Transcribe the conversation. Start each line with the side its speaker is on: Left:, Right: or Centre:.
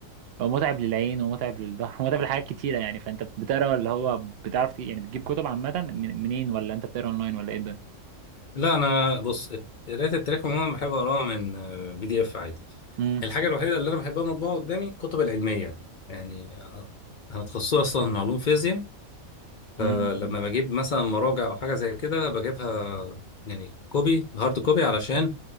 Right: هو متعب للعين ومتعب للظهر <laughs> ومتعب لحاجات كتيره يعني فانت بتقرا اللي هو بتعرف ت- يعني بتجيب كتب عامه من- منين ولا انت بتقرا اونلاين ولا ايه ده
Left: لا انا بص قرايه التاريخ عموما بحب اقراها من بي دي اف عادي
Right: امم
Left: الحاجه الوحيده اللي انا بحبها مطبوعه قدامي الكتب العلميه يعني آه، انا تخصصي اصلا علوم فيزياء فلما
Right: امم
Left: بجيب مثلا مراجع او حاجه زي كده بجيبها يعني كوبي هارد كوبي علشان